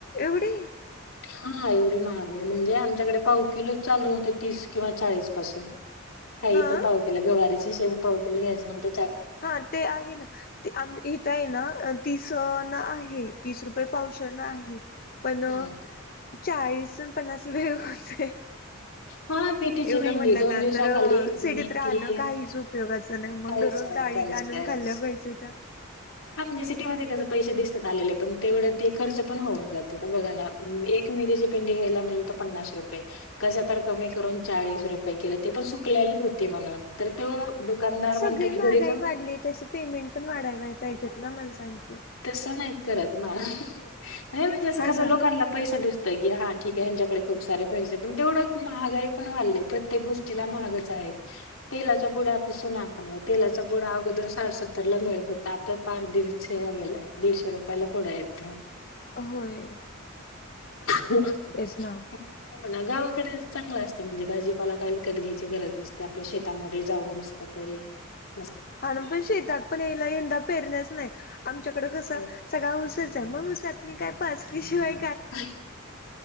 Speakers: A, on the left; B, on the left.
A: एवढे?
B: हा एवढी महाग आहे. म्हणजे आमच्याकडे पाव किलोच चालू होते, तीस किंवा चाळीस पासून काहीपण
A: हा
B: पाव किलो गवारीची शेंग पाव किलो घ्यायचं म्हणत
A: हा ते आहे ना ते आम हीत आहे ना तीस ना आहे. तीस रुपये पावशेरण आहे, पण अ
B: हम्म
A: चाळीस अन् पन्नास लय होतय.
B: हा मेथीची
A: एवढं
B: भेंडी
A: म्हटलं
B: दोन
A: ना,
B: दिवसाखाली
A: तर सिटीत
B: मेथी
A: राहणं काहीच उपयोगाचं नाही. मग
B: काहीच
A: दररोज
B: नाही
A: डाळी
B: काहीच
A: आणून
B: काहीच
A: खाल्ल्या पाहिजे त्या.
B: हा म्हणजे सिटीमध्ये कस पैसे दिसतात आलेले, पण तेवढं ते खर्च पण होऊन जातेत. बघा ना, एक मेथीची पेंडी घ्यायला तर पन्नास रुपये कस तर कमी करून चाळीस रुपये केले ते पण सुकल्याली होती म्हणून. तर तो
A: हा ना
B: दुकानदार म्हणतो
A: सगळी महागाई
B: की घरी जाऊन
A: वाढलीये, तस पेमेंट पण
B: हा,
A: वाढायला पाहिजेत ना माणसांची.
B: <inaudible> तसं नाही करत ना <inaudible> नाही म्हणजे असं
A: हा
B: कस
A: ना
B: लोकांना पैसा दिसत. पैकी हा ठीक आहे ह्यांच्याकडे खूप सारे पैसे पण तेवढं महागाई पण वाढले प्रत्येक गोष्टीला महागाच आहे. <inaudible> तेलाच्या पुड्या पासून <unintelligible> तेला पड आपलाड अोदर सा सतरला मिळत होता. दीड चेहरा गेलाय दीडशे रुपयाला पुढा येत.
A: होय. <inaudible>
B: हो
A: तेच ना
B: <inaudible> ना गावात. कडे चांगलं असते म्हणजे भाजीपाला काय विकत घ्यायची गरज नसते आपल्या शेतामध्ये जाऊन मस्त तरी. <inaudible>
A: <inaudible> हा ना पण शेतात पण यायला यंदा पेरण्याच नाहीत आमच्याकडे कसं
B: हो.
A: सगळ उसेच आहे मग ऊसात नाही काय पाचलीशिवाय.
B: <inaudible>